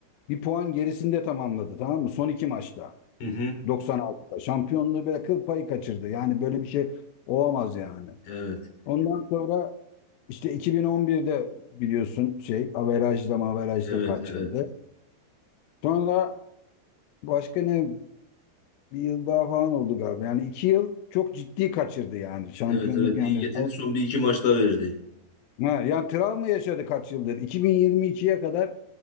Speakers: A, on the left; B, on the left.
A: bir puan gerisinde tamamladı. Tamam mı? Son iki maçta.
B: Hı hı.
A: 96'da. Şampiyonluğu böyle kıl payı kaçırdı. Yani böyle bir şey olamaz yani.
B: Evet.
A: Ondan sonra işte 2011'de biliyorsun şey averajda maverajda
B: Evet,
A: kaçırdı.
B: evet.
A: Sonra Başka ne bir yıl daha falan oldu galiba. Yani iki yıl çok ciddi kaçırdı yani şampiyonluk
B: Evet, evet.
A: yani.
B: İyi getirdi. Son bir iki maçta verdi.
A: Ha, yani travma yaşadı kaç yıldır. 2022'ye kadar